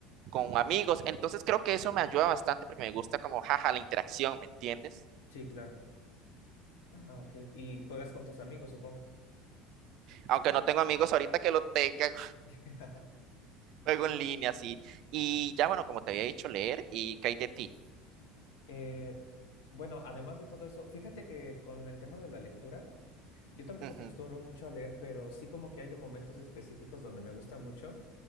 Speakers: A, on the right (about 50°); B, on the left (about 65°).
A: con amigos. Entonces, creo que eso me ayuda bastante porque me gusta como, jaja, la interacción, ¿me entiendes?
B: Sí, claro. Ah, ok. Y juegas con tus amigos, supongo.
A: Aunque no tengo amigos ahorita que lo tengan,
B: <laughs>
A: Juego en línea, sí. Y ya, bueno, como te había dicho, leer y ¿qué hay de ti?
B: Eh, bueno, además de todo eso, fíjate que con el tema de la lectura, yo tampoco
A: Ujú,
B: acostumbro mucho a leer, pero sí como que hay momentos específicos donde me gusta mucho.